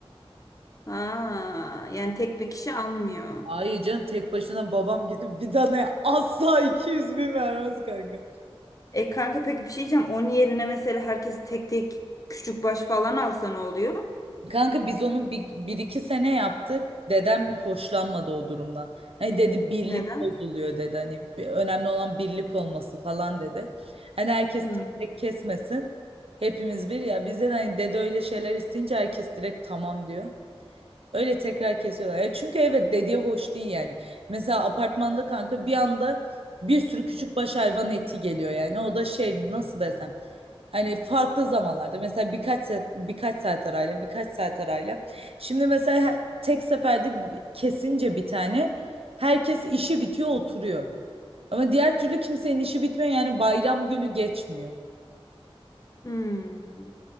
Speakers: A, on the left (about 35°); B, on the right (about 70°).
A: Ha, yani tek bir kişi almıyor.
B: Ay canım tek başına babam gidip bir tane asla 200 bin vermez kanka.
A: E kanka peki bir şey diyeceğim. Onun yerine mesela herkes tek tek küçük baş falan alsa ne oluyor?
B: Kanka biz onu bir, bir iki sene yaptık. Dedem hoşlanmadı o durumdan. Hani dedi birlik
A: Neden?
B: bozuluyor dedi. Hani bir- önemli olan birlik olması falan dedi. Hani herkes
A: Hmm.
B: tek tek kesmesin. Hepimiz bir ya bizde de hani dede öyle şeyler isteyince herkes direkt tamam diyor. Öyle tekrar kesiyorlar. Ya çünkü evet dediği hoş değil yani. Mesela apartmanda kanka bir anda bir sürü küçük baş hayvan eti geliyor yani. O da şey nasıl desem. Hani farklı zamanlarda mesela birkaç saat, birkaç saat arayla birkaç saat arayla. Şimdi mesela he- tek seferde bi- kesince bir tane herkes işi bitiyor oturuyor. Ama diğer türlü kimsenin işi bitmiyor yani bayram günü geçmiyor.
A: Hmm.